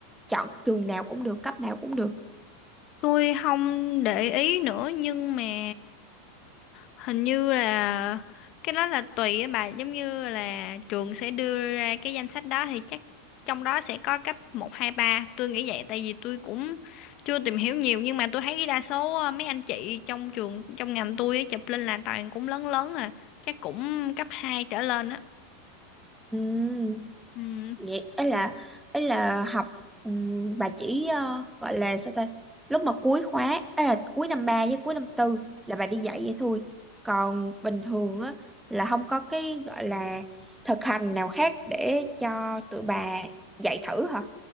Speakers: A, in the centre; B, on the left.
A: chọn trường nào cũng được, cấp nào cũng được.
B: tôi không để ý nữa nhưng mà hình như là cái đó là tùy á bà giống như là trường sẽ đưa ra cái danh sách đó thì chắc trong đó sẽ có cấp một hai ba tôi nghĩ vậy tại vì tôi cũng chưa tìm hiểu nhiều nhưng mà tôi thấy đa số ờ, mấy anh chị trong trường trong ngành tôi á, chụp lên là toàn cũng lớn lớn à chắc cũng cấp 2 trở lên á
A: Ừ,
B: ừ,
A: vậy ý là ý là học ừm, bà chỉ ờ, gọi là sao ta? Lúc mà cuối khóa ấy là cuối năm 3 với cuối năm tư là bà đi dạy vậy thôi. Còn bình thường á là không có cái gọi là thực hành nào khác để cho tụi bà dạy thử hả?